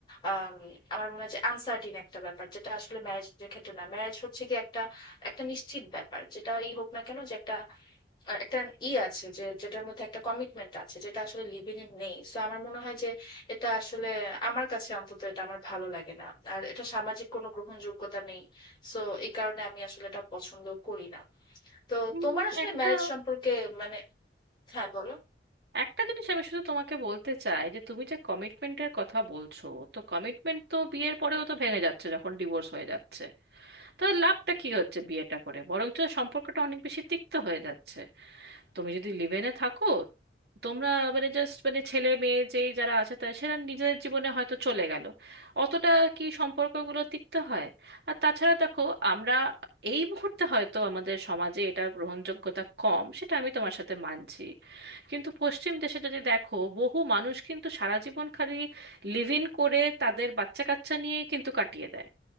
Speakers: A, on the left (about 25°); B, on the right (about 65°).
A: আম, আমার মনে হয় যে আনসার্টিন একটা ব্যাপার যেটা আসলে ম্যারেজের ক্ষেত্রে না ম্যারেজ হচ্ছে গিয়ে একটা একটা নিশ্চিত ব্যাপার যেটাই হোক না কেন যে একটা আহ একটা ই আছে যে যেটার মধ্যে একটা কমিটমেন্ট আছে যেটা আসলে লিভিং এ নেই সো আমার মনে হয় যে এটা আসলে আমার কাছে অন্তত এটা আমার ভালো লাগে না আর এটা সামাজিক কোনো গ্রহণযোগ্যতা নেই সো এই কারণে আমি আসলে এটা পছন্দ করি না তো
B: উম,
A: তোমার আসলে
B: একটা
A: ম্যারেজ সম্পর্কে মানে হ্যাঁ বলো
B: একটা জিনিস আমি শুধু তোমাকে বলতে চাই যে তুমি যে কমিটমেন্টের কথা বলছো তো কমিটমেন্ট তো বিয়ের পরেও তো ভেঙে যাচ্ছে যখন ডিভোর্স হয়ে যাচ্ছে তাহলে লাভটা কি হচ্ছে বিয়েটা করে বরঞ্চ সম্পর্কটা অনেক বেশি তিক্ত হয়ে যাচ্ছে তুমি যদি লিভেনে থাকো তোমরা মানে জাস্ট মানে ছেলে মেয়ে যেই যারা আছে তারা সেরা নিজের জীবনে হয়তো চলে গেল অতটা কি সম্পর্কগুলো তিক্ত হয় আর তাছাড়া দেখো আমরা এই মুহূর্তে হয়তো আমাদের সমাজে এটা গ্রহণযোগ্যতা কম সেটা আমি তোমার সাথে মানছি কিন্তু পশ্চিম দেশে যদি দেখো বহু মানুষ কিন্তু সারা জীবন খালি লিভ ইন করে তাদের বাচ্চা কাচ্চা নিয়েই কিন্তু কাটিয়ে দেয়